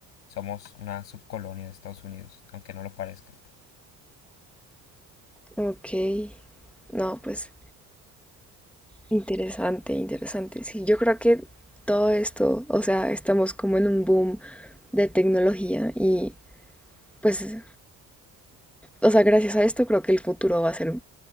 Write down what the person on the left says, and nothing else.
somos una subcolonia de Estados Unidos, aunque no lo parezca.